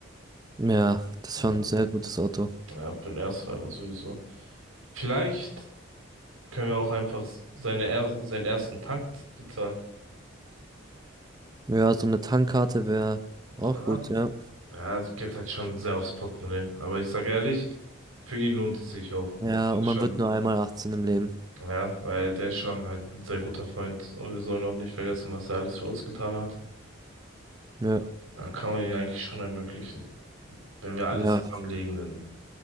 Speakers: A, on the right; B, on the right.
A: Ja, das
B: Ja,
A: ist schon ein sehr gutes Auto.
B: ja, für den Erstfahrer sowieso. Vielleicht können wir auch einfach s- seine er seinen ersten Tank bezahlen.
A: Ja, so eine Tankkarte wäre
B: Ja,
A: auch gut, ja.
B: ja, das geht halt schon sehr aufs Portemonnaie. Aber ich sage ehrlich, für ihn lohnt es sich auch.
A: Ja,
B: Ist
A: und man
B: schon
A: wird nur einmal 18 im Leben.
B: Ja, weil der ist schon halt ein sehr guter Freund und wir sollen auch nicht vergessen, was er alles für uns getan hat.
A: Ja,
B: Dann kann man ihn eigentlich schon ermöglichen. Wenn wir alles
A: ja,
B: zusammenlegen, dann